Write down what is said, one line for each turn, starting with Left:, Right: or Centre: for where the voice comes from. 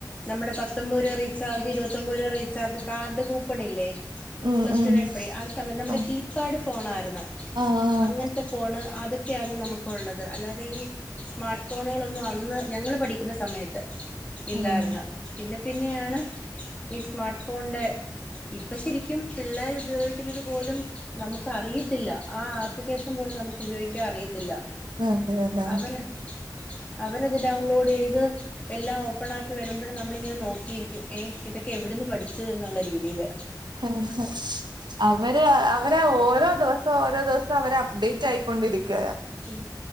Left: നമ്മടെ പത്തൊമ്പത് രൂപ റീചാർജ്, ഇരുപത്തൊമ്പത് രൂപ റീചാർജ് കാർഡ് കൂപ്പണില്ലേ?
Right: ഉം
Left: പ്ലസ്
Right: ഉം
Left: ടു നൊക്കെ പടി ആ സമയത്ത് നമ്മുടെ
Right: ആഹ്
Left: കീ പ്പാട് ഫോണാര്ന്ന്
Right: ആഹ്
Left: അങ്ങനത്തെ ഫോണ് അത് ക്കെയാരുന്നു നമുക്ക് ഉള്ളത്. അല്ലാതെ ഈ സ്മാർട്ട് ഫോണുകളൊന്നും അന്ന് ഞങ്ങള് പഠിക്കുന്ന സമയത്ത് ഇല്ലാരുന്നു
Right: ഉം
Left: പിന്നെ പിന്നെയാണ് ഈ സ്മാർട്ട് ഫോണിന്റെ ഇപ്പൊ ശരിക്കും പിള്ളേരുപയോഗിക്കുന്നത് പോലും നമുക്ക് അറിയത്തില്ല, ആ ആപ്ലിക്കേഷൻ പോലും നമുക്ക് ഉപയോഗിക്കാൻ അറിയത്തില്ല.
Right: അതെല്ലേ
Left: അവര് അവരത് ഡൗൺലോഡ് ചെയ്ത് എല്ലാം ഓപ്പൺ ആക്കി വരുമ്പഴും നമ്മളിങ്ങനെ നോക്കിയിരിക്കും ഏഹ് ഇതൊക്കെ എവിടെന്ന് പഠിച്ചത് എന്നുള്ള രീതിയില്
Right: ആഹ് അവര് അവരാ ഓരോ ദിവസം ഓരോ ദിവസം അവര് അപ്ഡേറ്റ് ആയിക്കൊണ്ടിരിക്കയ
Left: ഉം